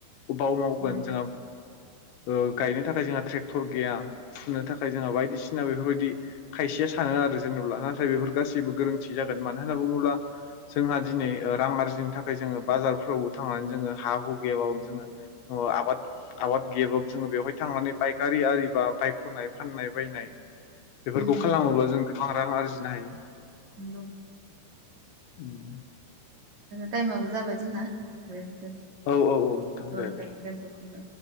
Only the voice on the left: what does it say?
बाव मावगोन
जोंहा ओ गायनो थाखाय जोंहा ट्रेक्टर गैया फनो थाखाय जोंहा बायदिसिना बेफोरबायदि खायसेया सानो आरो जेनेब्ला। नाथाय बेफोर गासैबो गोरोन्थि जागोन मानो होनना बुङोब्ला जोंहा दिनै रां आरजिनो थाखाय जोङो बाजार जारफोरावबो थांनानै जोङो हा हु गैयाबो जोङो आबाद आबाद गैयाबाबो जोङो बेयावहाय थांनानै पायकारि आरि बा बायख'नाय फाननाय बायनाय बेफोरखौ
खालामोब्ला जों गोबां रां आरजिनो हायो।
उम
औ औ औ नोंथां दे
दे।